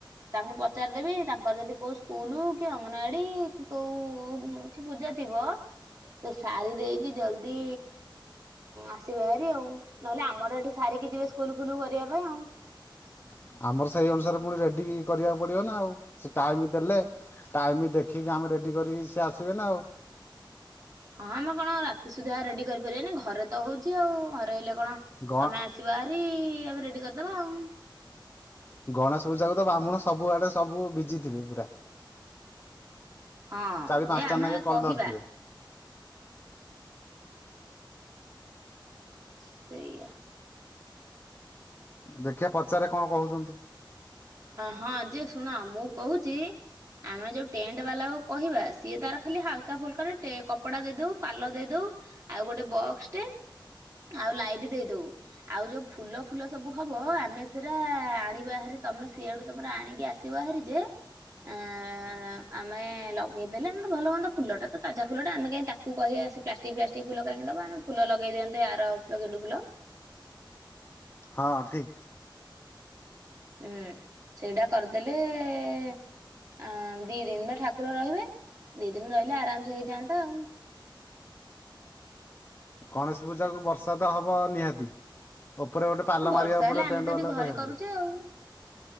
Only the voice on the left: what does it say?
<inaudible> ଆମର ସେଇ ଅନୁସାରେ ପୁଣି ରେଡି କରିବାକୁ ପଡିବ ନା ଆଉ ସେ ଟାଇମ ଦେଲେ ଟାଇମ ଦେଖିକି ଆମେ ରେଡି କରିକି ସେ ଆସିବେ ନା ଆଉ।
ଗ
ଗଣେଶ ପୂଜାକୁ ତ ବାମ୍ହୁଣ ସବୁ ଆଡେ ସବୁ ବିଜି ଥିବେ ପୁରା।
ଚାରି
ପାଞ୍ଚଟା
ନାଗେ କଲ
ଧରିଥିବେ।
ଦେଖିବା ପଚାରେ କଣ କହୁଛନ୍ତି।
ହଁ ଠିକ।
ଗଣେଶ ପୂଜା କୁ ବର୍ଷା ତ ହବ ନିହାତି। ଉପରେ ଗୋଟେ ପାଲ
ମାରିବାକୁ
ପଡିବ
ଟେଣ୍ଟ
ବାଲା
କୁ କହିବାକୁ
ପଡିବ।